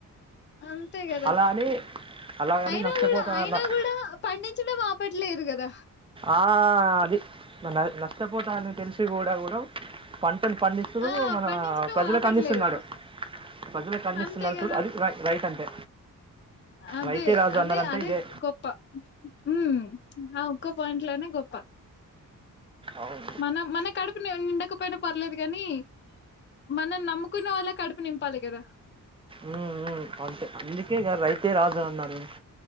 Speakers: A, on the left; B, on the right.
A: అంతే గదా
B: అలా అని అలా అని
A: అయినా
B: నష్టపోతా
A: గూడా అయినా
B: న-
A: గూడా పండించడం ఆపం ఆపట్లేదు గదా
B: ఆ అది నష్టపోత అని తెలిసి గూడా గూడా పంటను పండిస్తూ
A: ఆ
B: మన
A: పండించడం
B: ప్రజలకు
A: ఆపట్లేదు
B: అందిస్తున్నాడు ప్రజలకు అందిస్తున్నారు
A: అంతే కదా
B: చూడు అది రైతు అంటే
A: అదే
B: రైతే రాజు
A: అదే
B: అన్నారంటే
A: అదే
B: ఇదే
A: గొప్ప ఉమ్ అవ్ గొప్ పాయింట్ లోనే గొప్ప
B: అవును.
A: మన మన కడుపు నిండకపోయినా పర్లేదు గానీ మనం నమ్ముకున్న వాళ్ళ కడుపు నింపాలి గదా
B: ఉమ్ ఉమ్ అంతే అందుకే గా రైతే రాజు అన్నారు